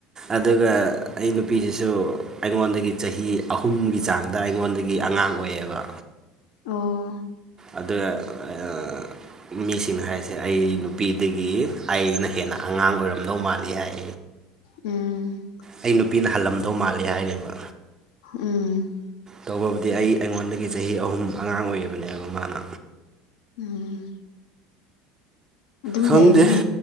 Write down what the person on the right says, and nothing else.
ꯑꯗꯨꯒ ꯑꯩ ꯅꯨꯄꯤꯁꯤꯁꯨ ꯑꯩꯉꯣꯟꯗꯒꯤ ꯆꯍꯤ ꯑꯍꯨꯝꯒꯤ ꯆꯥꯡ ꯗꯥ ꯑꯩꯉꯣꯟꯗꯒꯤ ꯑꯉꯥꯡ ꯑꯣꯏꯌꯦꯕ
ꯑꯗꯨꯅ ꯑꯥ ꯃꯤꯁꯤꯡ ꯍꯥꯏꯔꯤꯁꯦ ꯑꯩ ꯅꯨꯄꯤꯗꯒꯤ ꯑꯩꯅ ꯍꯦꯟꯅ ꯑꯉꯥꯡ ꯑꯣꯏꯔꯝꯗꯧ ꯃꯥꯜꯂꯤ ꯍꯥꯏ
ꯑꯩ ꯅꯨꯄꯤꯅ ꯍꯜꯂꯝꯗꯧ ꯃꯥꯜꯂꯤ ꯍꯥꯏꯔꯤꯕ
ꯇꯧꯕꯕꯨꯗꯤ ꯑꯩ ꯑꯩꯉꯣꯟꯗꯒꯤ ꯆꯍꯤ ꯑꯍꯨꯝ ꯑꯉꯥꯡ ꯑꯣꯏꯔꯤꯕꯅꯦꯕ ꯃꯥꯅ
ꯈꯪꯗꯦ